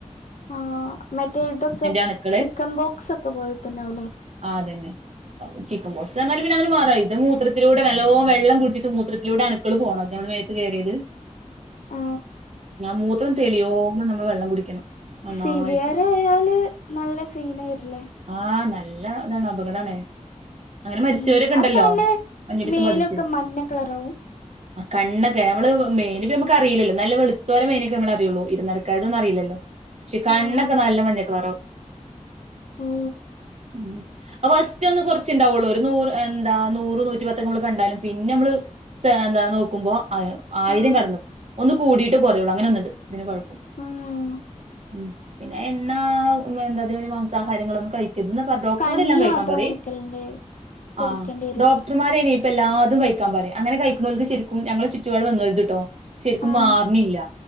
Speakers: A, on the left; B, on the right.
A: ആ മറ്റേ ഇതൊക്കെ
B: അണുക്കള്
A: ചിക്കൻ പോക്സ് ഒക്കെ പോലെ തന്നെയവുല്ലേ
B: അതെന്നെ ചിക്കൻപോക്സ് ന്നറിഞ്ഞാല് <unintelligible> ഇതു മൂത്രത്തിലൂടെ നല്ലോം വെള്ളം കുടിച്ചിട്ട് മൂത്രത്തിലൂടെ അണുക്കള് പോണം മേത്ത് കയറിയത്
A: ആ
B: മൂത്രം തെളിയോെളം നമ്മള് വെള്ളം കുടിക്കണം നന്നായിട്ട്
A: സിവിയറ് ആയാല് നല്ല സീന് വരില്ലേ?
B: ആഹ നല്ല താണ് അപകടാണ് അങ്ങനെ മരിച്ചവരൊക്കെ
A: ഉം
B: ഇണ്ടല്ലോ
A: അപ്പൊ നമ്മള്
B: മഞ്ഞപിത്തം
A: മേലൊക്കെ
B: ബാധിച്ച്
A: മഞ്ഞ കളറാവും
B: കണ്ണൊക്കെ നമ്മള് മേല് പി നമ്മക്കറിയില്ലല്ലോ വെളുത്തൊരെ മേലെമ്മക്ക് അറിയുള്ളു ഇരുനിറ ക്കാരുടെന്നും അറില്ലല്ലോ പക്ഷി കണ്ണൊക്കെ
A: ആഹ്
B: നല്ല മഞ്ഞക്കളറാകും
A: ആഹ്
B: ഉം ആ ഫസ്റ്റ് ഒന്ന് കൊറച്ണ്ടാവുള്ളൂ ഒരു നൂറ് എന്താ നൂറ് നൂറ്റി പത്തെമ്മള് കണ്ടാലും പിന്നെ മ്മള് <unintelligible> ന്താനോക്കുമ്പോ ആയിരം
A: ആഹ്
B: കടന്നു ഒന്ന് കൂടിയിട്ട് കുറയുള്ളൂ അങ്ങനെ ഒന്നുണ്ട് ഇതിന് കുഴപ്പം
A: മ്മ്
B: ഉം പിന്നെ എണ്ണാ, എന്താ ഇത് വരെ മാംസാഹാരങ്ങളൊന്നും കഴിക്ക ഇത് ന്ന് പ്പൊ‌ഡോക്ടർമാരെല്ലാം
A: കഞ്ഞി
B: കഴിക്കാൻ
A: മാത്രം
B: പറേ
A: കുടിക്കലിണ്ട് കുടിക്കേണ്ടി
B: ആ
A: വരൂല്ലേ
B: ഡോക്ട. ഇപ്പ എല്ലാതും കഴിക്കാൻ പറയും അങ്ങനെ കഴിക്കണോൽത് ശരിക്കും ഞങ്ങളെ ചുറ്റുപാട് വന്നോൽത്ട്ടൊ ശരിക്കും
A: ആഹ്
B: മാറിണില്ല